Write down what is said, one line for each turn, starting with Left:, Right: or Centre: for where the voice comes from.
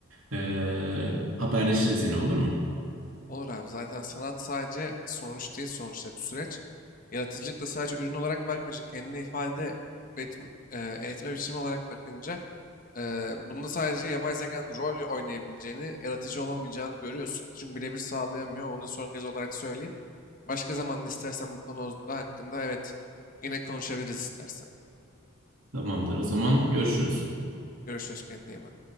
Right: Ee, haberleşiriz yine olur mu?
Left: Olur abi zaten sanat sadece sonuç değil sonuçta bir süreç. Yaratıcılık da sadece ürün olarak bakmayınca kendini ifade etme, etme biçimi olarak bakınca e, bunda sadece yapay zekanın rol oynayabileceğini, yaratıcı olamayacağını görüyorsun. Çünkü birebir sağlayamıyor. Onu son kez olarak söyleyeyim. Başka zaman istersen bu konu hakkında evet yine konuşabiliriz istersen.
Right: Tamamdır. O zaman görüşürüz.
Left: Görüşürüz kendine iyi bak.